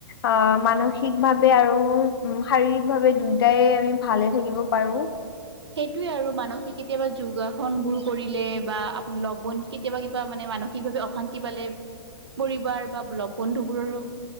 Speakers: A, on the left; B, on the right.
A: আহ মানসিকভাৱে আৰু- উমঁ শাৰীৰিক ভাৱে দুয়োটাই আমি ভালে থাকিব পাৰোঁ।
B: সেইটোয়ে আৰু মানসিক কেতিয়াবা যোগাসন বোৰ কৰিলে বা লগ বন্ধু কে- কেতিয়াবা কিবা মানে মানসিকভাৱে অশান্তি পালে পৰিবাৰ বা লগ বন্ধুবোৰৰো-